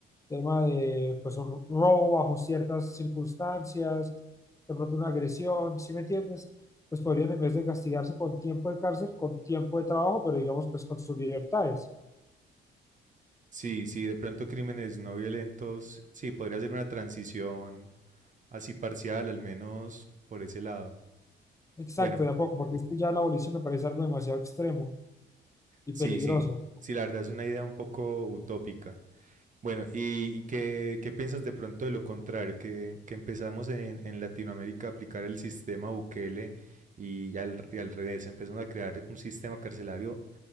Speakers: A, on the left; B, on the right.
A: tema de, pues, un robo bajo ciertas circunstancias, de pronto una agresión, ¿sí me entiendes? Pues podrían, en vez de castigarse con tiempo de cárcel, con tiempo de trabajo, pero digamos, pues, con sus libertades.
B: Sí, sí, de pronto crímenes no violentos, sí, podría ser una transición así parcial, al menos por ese lado.
A: Exacto,
B: Bueno,
A: de a poco, porque es que ya la abolición me parece algo demasiado extremo y
B: Sí,
A: peligroso.
B: sí, sí, la verdad es una idea un poco utópica. Bueno, ¿y, y qué, qué piensas de pronto de lo contrario? Que, que empezamos en, en Latinoamérica a aplicar el sistema Bukele y al, y al revés, empezamos a crear un sistema carcelario